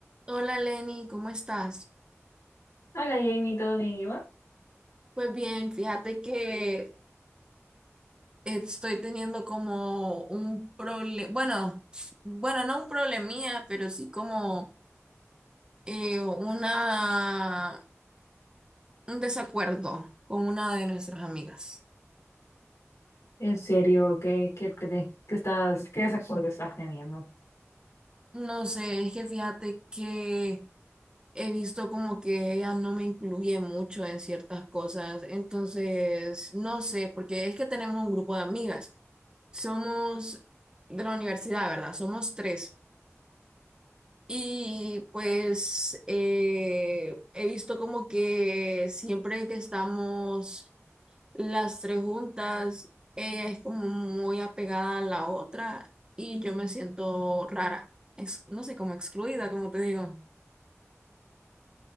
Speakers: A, on the right; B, on the left.
A: Hola Lenny, ¿cómo estás?
B: Hola Jamie, ¿todo bien, Iván?
A: Pues bien, fíjate que estoy teniendo como un problema, bueno, bueno, no un problemía, pero sí como eh, una, un desacuerdo con una de nuestras amigas.
B: En serio, ¿qué, qué, crees qué estás, qué desacuerdo estás teniendo?
A: No sé, es que fíjate que he visto como que ella no me incluye mucho en ciertas cosas, entonces, no sé, porque es que tenemos un grupo de amigas. Somos de la universidad, ¿verdad? Somos tres. Y pues eh, he visto como que siempre que estamos las tres juntas, ella es como muy apegada a la otra y yo me siento rara, ex- no sé, como excluida, como te digo.